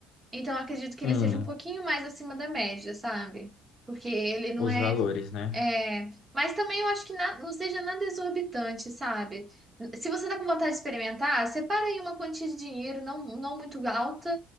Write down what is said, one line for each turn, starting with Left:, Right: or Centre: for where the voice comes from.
Right: Então, eu acredito que
Left: Hum,
Right: ele seja um pouquinho mais acima da média, sabe? Porque ele não
Left: os
Right: é.
Left: valores, né?
Right: É, mas também eu acho que na- não seja nada exorbitante, sabe? Se você tá com vontade de experimentar, separa aí uma quantia de dinheiro não, não muito alta